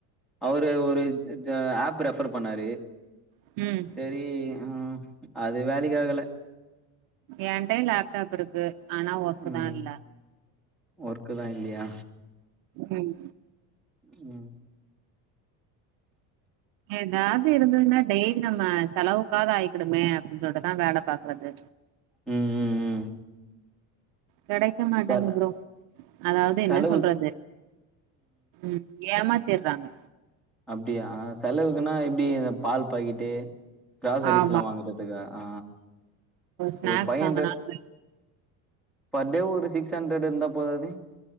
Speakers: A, in the centre; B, on the right (about 55°).
A: அவரு ஒரு ஜா ஆப்பு ரெஃபர் பண்ணாரு
B: ம்
A: செரி ம் அது வேலைகி ஆகல
B: ஏன்ட்டயு லேப்டாப் இருக்கு ஆனா ஒர்க்குதா
A: ம்
B: இல்ல
A: ஒர்க்குதா இல்லியா
B: ம்
A: ம்
B: ஏதாது இருந்துதுன்னா டெய்லி நம்ம செலவுக்காக ஆயிக்குடுமே அப்டின்னு சொல்ட்டுதான் வேல பாக்குறது
A: ம் ம் ம்
B: கெடைக்க மாட்டேங்கு
A: செல
B: ப்ரோ அதாவது என்ன
A: செலவு
B: சொல்றது ம் ஏமாத்திட்றாங்க
A: அப்டியா செலவுக்குன்னா எப்டி இந்த பால் பாக்கிட்டு கிராசரிஸ்
B: ஆமா.
A: எல்லா வாங்கறதுக்கா ஆ
B: ஸ்நாக்ஸ்
A: ஒரு பைவ்
B: வாங்குனாலும்
A: ஹண்ட்ரட் பர் டே ஒரு சிக்ஸ் ஹண்ட்ரட் இருந்தா போதாது